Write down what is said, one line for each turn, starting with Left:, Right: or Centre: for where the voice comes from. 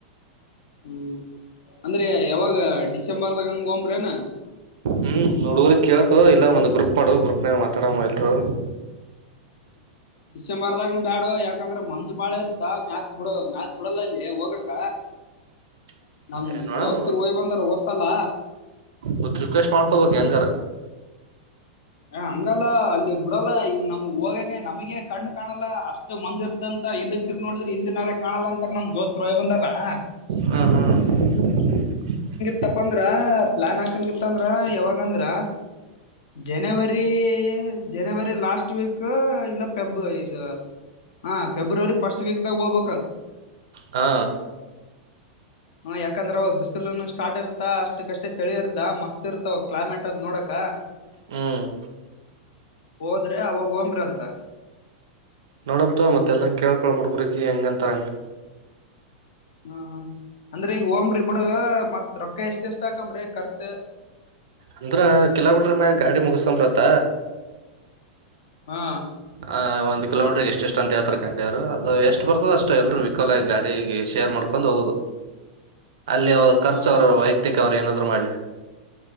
Left: ಹ್ಮ್ ಅಂದ್ರೆ ಯಾವಾಗ ಡಿಸೆಂಬರ್ದಾಗ ಹಂಗ ಹಂಬ್ರೇನಾ
Right: ಹ್ಮ್ ನೋಡ ಊ್ರ ಕೇಳಕು ಇಲ್ಲ ಒಂದ್ ಗ್ರೂಪ್ ಮಾಡು ಗ್ರೂಪ್ನಾಗ ಮಾತಾಡಮ್ಮ ಎಲ್ರು
Left: ಡಿಸೆಂಬರ್ದಾಗನ ಬ್ಯಾಡ ಯಾಕಂದ್ರ ಮಂಜ್ ಬಾಳ ಇರ್ತ ಮ್ಯತ್ ಬಿಡ ಮ್ಯಾತ್ ಬಿಡಲ್ಲಲ್ಲಿ ಹೋಗಕ್ಕ
Right: <unintelligible> <inaudible>
Left: ನಮ
Right: ಏ ನೋಡಮ್
Left: ದೋಸ್ತರು ಹೋಯ್ ಬಂದಾರ ಹಓ್ಸಲ್ಲ
Right: ಗೊತ್ ರಿಕ್ವೆಸ್ಟ್ ಮಾಡ್ಕೋಬೇಕು ಹೆಂಗಾರ
Left: ಹ ಹಂಗಲ್ಲ ಅಲ್ಲಿ ಬಿಡಲ್ಲ ಈಗ ನಮ್ಗ್ ಹೋಗ ನಮಗೆ ಕಣು ಕಾಣಲ್ಲ ಅಷ್ಟು ಮಂಜ ಇರ್ದಂತ ಹಿಂದ ತಿರ್ ನೋಡಿದ್ರೆ ಹಿಂದಿನಾರ ಕಾಣಲ್ಲ ಅಂತ ನಮ್ ದೋಸ್ತ್ ೋಯಿ ಬಂದಾರಾ <unintelligible>
Right: ಹಾ ಹಾ <unintelligible>
Left: ಇತ್ತಪ್ಪ ಅಂದ್ರ ಪ್ಲಾನ್ ಹಾಕಂಗಿತ್ತ ಅಂದ್ರ ಯಾವಾಗ ಅಂದ್ರ ಜನವರಿ ಜನವರಿ ಲಾಸ್ಟ್ ವೀಕ್ ಇಲ್ಲ ಪೆಬ್ ಇದು ಹಾ ಫೆಬ್ರವರಿ ಫಸ್ಟ್ ವೀಕ್ದಾಗ ಹೋಗ್ಬೇಕಕ್
Right: ಹಾ
Left: ಹ ಯಾಕಂದ್ರ ಅವ ಬಿಸಿಲುನು ಸ್ಟಾರ್ ಇರ್ತಾ ಅಷ್ಟಕ್ ಕಷ್ಟೇ ಚಳಿ ಇರ್ತ ಮಸ್ತ್ ಇರ್ತಾವ ಅವ ಕ್ಲೈಮೇಟ್ ಅದ್ ನೋಡಕ
Right: ಹ್ಮ್
Left: ಹೋದ್ರೆ ಆ ಅವಾಗ ಒಂಬ್ರಿ ಅಂತ
Right: ನೋಡಂತ ಮತ್ತೆಲ್ಲ ಕೇಳ್ಕೊಳ ಹುಡ್ಗ್ರರಿಗೆ ಹೆಂಗ ಅಂತರಂಗ
Left: ಹ್ಮ್ ಹ ಅಂದ್ರೆ ಈಗ ಹಓಂಬ್ರಿ ಬಿಡ ಮತ್ ರೊಕ್ಕ ಎಷ್ಟ ಎಷ್ಟ ಹಾಕಂಬ್ರಿ ಖರ್ಚ
Right: ಅಂದ್ರ ಕಿಲೋಮೀಟರ್ ಮ್ಯಾಗ ಗಾಡಿ ಮುಗಸ್ಸಂಬ್ರತ್ತ
Left: ಹಾ
Right: ಆ್ ಒಂದು ಕಿಲೋಮೀಟರ್ಗೆ ಎಷ್ಟ ಎಷ್ಟ ಅಂತ ಹತ್ರ ಕಡವರು ಅದು ಎಷ್ಟ ಬರ್ತದ ಅಷ್ಟು ಎಲ್ರುೂ ವಿಕೋಲ ಆಗ ಗಾಡಿಗೆ ಶೇರ್ ಮಾಡ್ಕೊಂಡ್ ಹೋಗೋುದು ಅಲ್ಲಿ ಅವ ಖರ್ಚು
Left: ಹಾ ಹಾ
Right: ಅವ್ರರು ವೈಯಕ್ತಿಕ ಅವ್ರ ಏನಾದ್ರು ಮಾಡ್ಲಿ